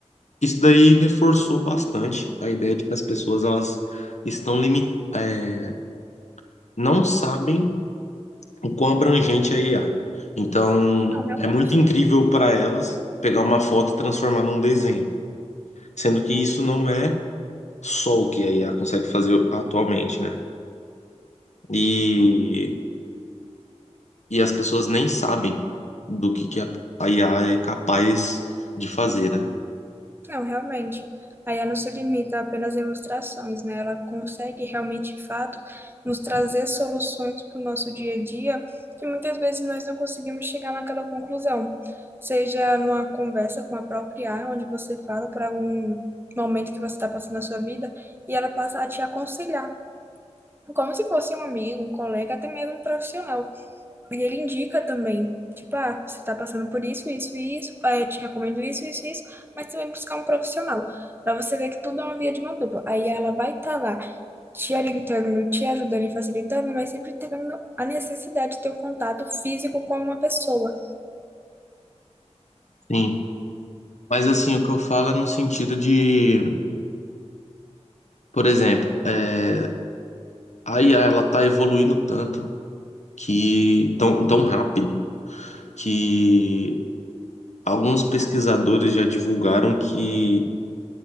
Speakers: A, on the left (about 75°); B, on the right (about 20°).
A: isso daí reforçou bastante a ideia de que as pessoas, elas estão limitadas, não sabem o quão abrangente é a IA. Então,
B: Não, realmente.
A: é muito incrível para elas pegar uma foto e transformar num desenho, sendo que isso não é só o que a IA consegue fazer atualmente, né? E e as pessoas nem sabem do que que a a IA é capaz de fazer, né?
B: Não, realmente. A IA não se limita apenas a ilustrações, né? Ela consegue realmente, de fato, nos trazer soluções para o nosso dia a dia que muitas vezes nós não conseguimos chegar naquela conclusão. Seja numa conversa com a própria IA, onde você fala por algum momento que você está passando na sua vida e ela passa a te aconselhar, como se fosse um amigo, um colega, até mesmo um profissional. E ele indica também, tipo, ah, você tá passando por isso, isso e isso, ah, eu te recomendo isso, isso e isso, mas também buscar um profissional, pra você ver que tudo é uma via de mão dupla. Aí ela vai estar lá te orientando, te ajudando e facilitando, mas sempre tendo a necessidade de ter o contato físico com uma pessoa.
A: Sim. Mas assim, o que eu falo é no sentido de, por exemplo, é, a IA ela tá evoluindo tanto que tão, tão rápido que alguns pesquisadores já divulgaram que